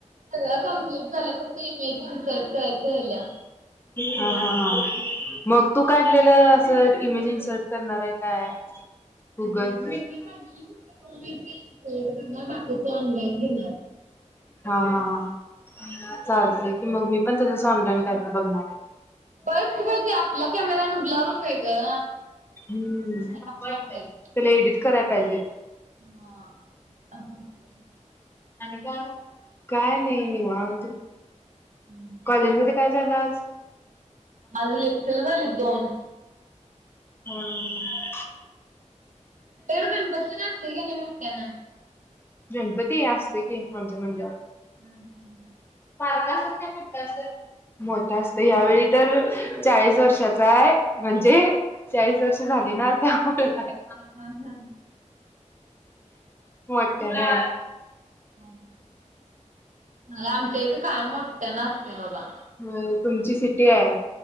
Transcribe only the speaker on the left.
हा हा हा. मग तू काढलेलं असं इमेजिंग सर्च करणार आहे काय? गुगल. <inaudible>
हा हा हा. चालतेय की मग, मी पण तसच ऑनलाईन काहीतरी बघणारे.
हम्म,
त्याला
एडिट करायला पाहिजे.
आणि काय? काय नाही निवांत.
कॉलेजमध्ये काय झालं आज?
हम्म.
गणपती, असते की आमच्या मंदिरात.
बारका असत्यात का असं? मोठा असतय. यावेळी तर चाळीस वर्षाचाय. म्हणजे, चाळीस वर्ष झाली ना आता, म्हणून हाय.
मोठ्या ना.
होय. तुमची सिटी हाय.